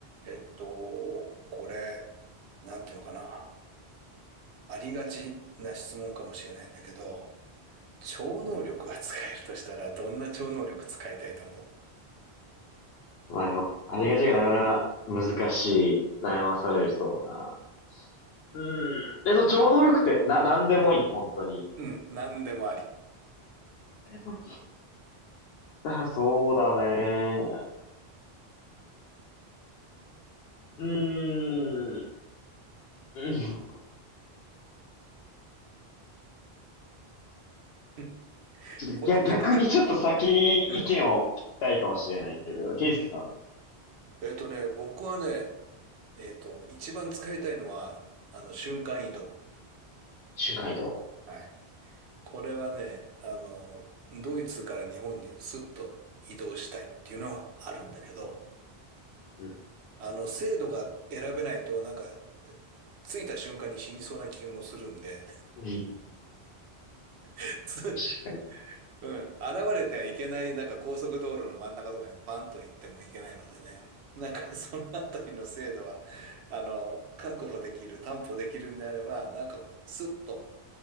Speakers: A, on the right; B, on the left.
A: えっと、これ、なんていうのかな。ありがちな質問かもしれないんだけど、超能力が使えるとしたら、
B: うん。
A: どんな超能力使いたいと思う
B: まあでも、ありがちがなかなか難しい、悩まされそうな。うん。で、その超能力って、な、なんでもいい、本当に。
A: <laughs> うん、なんでもあり。
B: でも、あ、そうだね。うーん。うん
A: <laughs> うん
B: ちょっと逆、
A: これ逆に、
B: 逆にちょっと先に意見を聞きたいかもしれないけど、
A: うん。
B: ケイスケさんだ。
A: えっとね、僕はね、えっと、一番使いたいのは、あの、瞬間移動。
B: 瞬間移動。
A: はい。これはね、あの、ドイツから日本にスッと移動したいっていうのはあるんだけど、
B: うん。
A: あの、制度が選べないと、なんか、着いた瞬間に死にそうな気もするんで、
B: うん。
A: <laughs> つ、
B: 確かに。
A: うん、現れてはいけない、なんか高速道路の真ん中とかにパンと行ってもいけないのでね、なんかそのあたりの制度は、あの、確保できる、担保できるんであれば、なんかスッと、